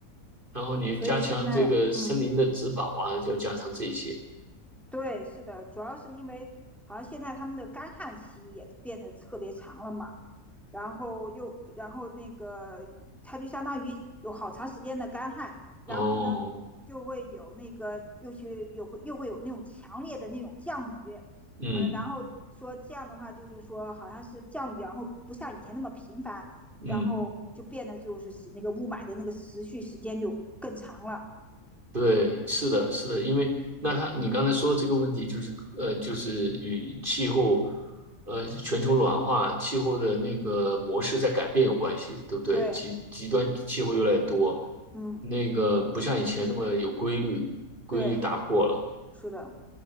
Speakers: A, on the right; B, in the centre.
A: 然后你加强这个森林的植保啊，
B: 所以现在嗯。
A: 就加强这些。
B: 对，是的，主要是因为好像现在他们的干旱期也变得特别长了嘛，然后又然后那个它就相当于有好长时间的干旱，然后呢就会有那个又去又会又会有那种强烈的那种降雨，
A: 哦，嗯
B: 嗯，然后说这样的话就是说好像是降雨，然后不像以前那么频繁，
A: 嗯。
B: 然后就变得就是使那个雾霾的那个持续时间就更长了。
A: 对，是的，是的，因为那他你刚才说这个问题就是呃，就是与气候，呃，全球暖化、气候的那个模式在改变有关系，对不对？
B: 对，
A: 极极端气候越来越多，
B: 嗯，
A: 那个不像以前那么有规律，规律打破了。
B: 对，是的。